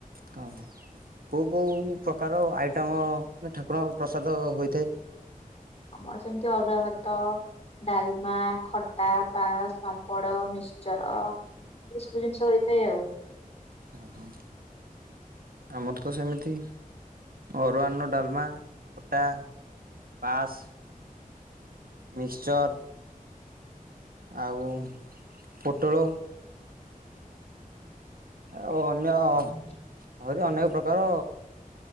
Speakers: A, on the right (about 80°); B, on the left (about 45°).
A: ହଁ କେଉଁ କେଉଁ ପ୍ରକାର ଆଇଟମ୍ ମାନେ ଠାକୁରଙ୍କ ପ୍ରସାଦ ହୋଇଥାଏ।
B: ଆମର ସେମିତି ଅରୁଆ ଭାତ ଡାଲମା ଖଟା ପାସ୍ ପାମ୍ପଡ ମିକଚର ଏ ସବୁ ଜିନିଷ ହେଇଥାଏ ଆଉ
A: ହଁ ହଁ ଆମର ତ ସେମିତି ଅରୁଆନ୍ନ ଡାଲମା ଅଟା ପାସ୍ ମିକ୍ସଚର୍ ଆଉ ପୋଟଳ ଆଉ ଅନ୍ୟ
B: ଆଚ୍ଛା
A: ଆହୁରି ଅନେକ ପ୍ରକାର